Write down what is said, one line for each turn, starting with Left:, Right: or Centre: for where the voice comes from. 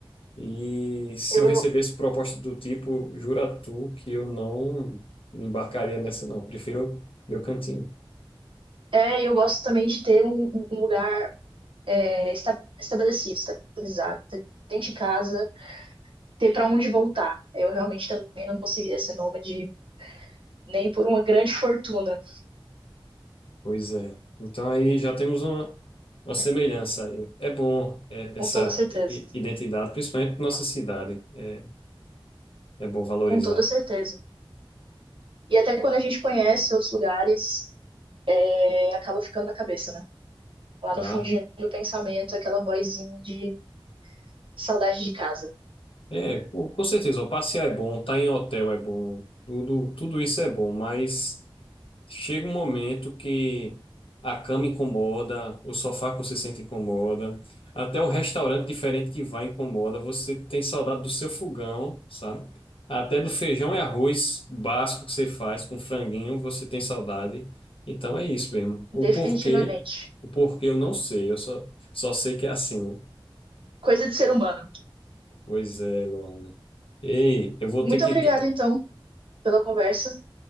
Left: E se
Right: Eu
Left: eu recebesse proposta do tipo, jura tu que eu não me embarcaria nessa, não. Prefiro meu cantinho.
Right: É, e eu gosto também de ter um, um um lugar é, esta- estabelecido, estabilizado, ter- dentro de casa, ter para onde voltar. Eu realmente também não conseguiria ser nômade nem por uma grande fortuna,
Left: Pois é. Então aí já temos uma, uma semelhança aí. É bom é,
Right: com
Left: essa
Right: toda certeza.
Left: i- i- identidade, principalmente na nossa cidade. É, é bom valorizar.
Right: Com toda certeza. E até quando a gente conhece outros lugares, é, acaba ficando na cabeça, né? Lá
Left: tá?
Right: no fundinho do pensamento, aquela vozinha de saudade de casa.
Left: É, com com certeza, ó, passear é bom, estar em hotel é bom, tudo, tudo isso é bom, mas chega um momento que a cama incomoda, o sofá que você sente incomoda, até o restaurante diferente que vai incomoda, você tem saudade do seu fogão, sabe? Até do feijão e arroz básico que você faz com franguinho, você tem saudade. Então é isso mesmo. O
Right: Definitivamente.
Left: porquê, o porquê eu não sei, eu só, só sei que é assim. né?
Right: Coisa de ser humano.
Left: Pois é, Luana. Ei, eu vou
Right: Muito
Left: ter que.
Right: obrigada,
Left: dar-
Right: então, pela conversa.